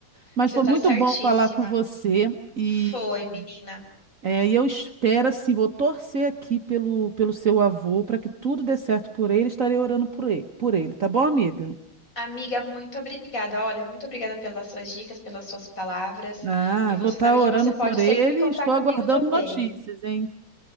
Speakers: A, on the right; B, on the left.
A: Mas
B: Você
A: foi
B: tá
A: muito
B: certíssima.
A: bom falar com você e
B: Foi, menina.
A: é, e eu espero, assim, vou torcer aqui pelo, pelo seu avô para que tudo dê certo por ele. Estarei orando por ele, por ele, tá bom, amiga?
B: Amiga, muito obrigada. Olha, muito obrigada pelas suas dicas, pelas suas palavras.
A: Ah,
B: E você
A: vou estar
B: sabe
A: orando
B: que você pode
A: por ele.
B: sempre contar
A: Estou
B: comigo
A: aguardando
B: também.
A: notícias, hein?